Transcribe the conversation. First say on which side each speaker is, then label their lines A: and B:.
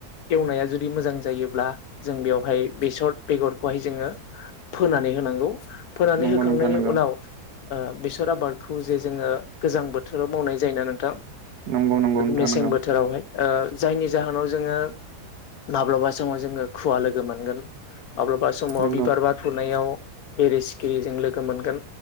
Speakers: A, on the left; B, on the right.
A: एवनाया जुदि मोजां जायोब्ला जों बेवहाय बेसर बेगरखौहाय जोङो फोनानै होनांगौ फोनानै
B: नंगौ
A: होखांनायनि
B: नोंथां नंगौ
A: उनाव ओ बेसर आबाद खौ जे जोङो गोजां बोथोराव मावनाय जायोना नोंथां।
B: नंगौ नोंथां
A: मेसें
B: नंगौ
A: बोथोरावहाय जायनि जाहोनाव जोङो माब्लाबा समाव जोङो खुवा लोगो मोनगोन। माब्लाबा समाव
B: नंगौ
A: बिबार बार फुनायाव बेरे सिखिरिजों लोगो मोनगोन।